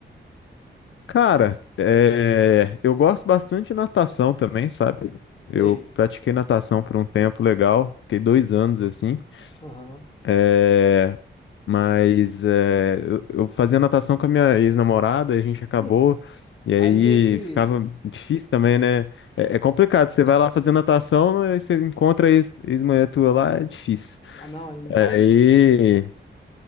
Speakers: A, on the left (about 80°); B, on the left (about 30°).
A: Cara, é, eu gosto bastante de natação também, sabe?
B: Sei.
A: Eu pratiquei natação por um tempo legal, fiquei dois anos assim.
B: Aham.
A: É, Mas é, eu, eu fazia natação com a minha ex-namorada, a gente acabou,
B: <laughs>
A: e aí
B: Aí meio que.
A: ficava difícil também, né? É, é complicado, você vai lá fazer natação, aí você encontra a ex, mulher tua
B: Ah,
A: lá, é difícil.
B: ah, não, aí não vai
A: Aí
B: não.